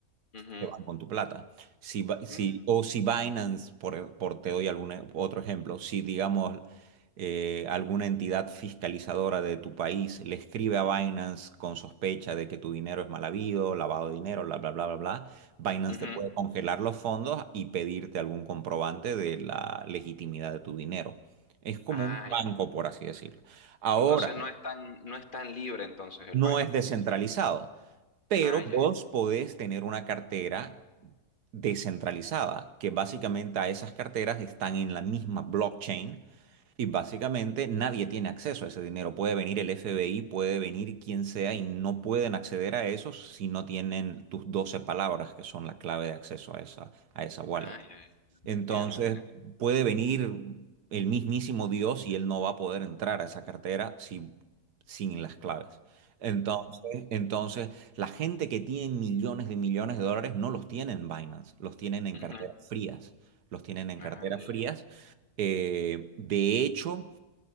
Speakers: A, on the left; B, on the right.
A: Ujú,
B: te van con tu plata. Si, Bi- si,
A: mm,
B: o si Binance, por, por te doy algún e- otro ejemplo, si digamos eh, alguna entidad fiscalizadora de tu país le escribe a Binance con sospecha de que tu dinero es mal habido, lavado de dinero, bla, bla, bla, bla, bla, Binance
A: ujú.
B: te puede congelar los fondos y pedirte algún comprobante de la legitimidad de tu dinero. Es como
A: Ah,
B: un banco,
A: ya.
B: por así decirlo. Ahora,
A: Entonces no es tan, no es tan libre entonces el
B: no
A: Binance.
B: es descentralizado. Pero
A: Ah, ya,
B: vos
A: ya.
B: podés tener una cartera descentralizada, que básicamente a esas carteras están en la misma blockchain y básicamente nadie tiene acceso a ese dinero. Puede venir el FBI, puede venir quien sea y no pueden acceder a eso si no tienen tus 12 palabras, que son la clave de acceso a esa, a esa wallet.
A: Ah, ya, ya.
B: Entonces
A: Entiendo, entiendo.
B: puede venir el mismísimo Dios y él no va a poder entrar a esa cartera sin, sin las claves. Entonces, entonces, la gente que tiene millones de millones de dólares no los tiene en Binance, los tienen en
A: Ujú,
B: carteras
A: ujú.
B: frías, los tienen en
A: Ah,
B: carteras
A: ya,
B: frías.
A: ya.
B: Eh, de hecho,